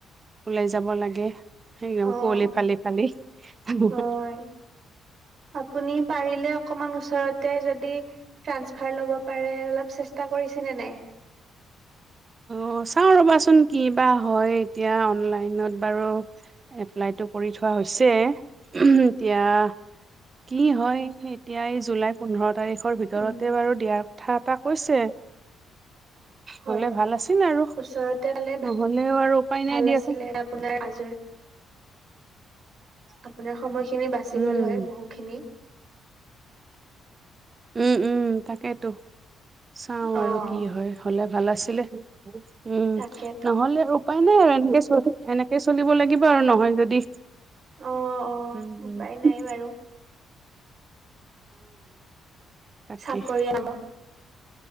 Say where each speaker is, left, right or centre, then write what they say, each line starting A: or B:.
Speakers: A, on the right (about 35°); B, on the right (about 55°).
A: ওলাই যাব লাগে। এই ন'
B: অ
A: কুঁৱলী ফালি-ফালি উম'।
B: হয় আপুনি পাৰিলে অকমান ওচৰতে যদি ট্ৰান্সফাৰ ল'ব পাৰে, অলপ চেষ্টা কৰিছে নে নাই?
A: অ' চাও ৰ'বাচোন, কি বা হয় এতিয়া, অনলাইনত বাৰু এপ্লাইটো কৰি থোৱা হৈছে। এতিয়া কি হয় এতিয়া। এই জুলাই পোন্ধৰ তাৰিখৰ
B: উম,
A: ভিতৰতে বাৰু দিয়াৰ কথা এটা কৈছে।
B: হয়,
A: হ'লে
B: হয়
A: ভাল আছিল আৰু
B: ওচৰতে হলে ভাল
A: নহ'লেও আৰু উপায় নাই দিয়াচোন
B: আছিলে। আপোনাৰ জৰি আপোনাৰ সময় খিনি বাচি
A: উম
B: গল হয় বহু খিনি।
A: উম', উম' তাকেইেতো, চাও
B: অ',
A: আৰু কি হয় হ'লে ভাল আছিলে। উম'
B: তাকেতো
A: নহলে আৰু উপায় নাই আৰু এনেকে-এনেকে চলিব লাগিব বাৰু নহয় যদি।
B: অ', অ',
A: হ'
B: উপায় নাই বাৰু
A: তাকে
B: চাকৰি আহক <unintelligible>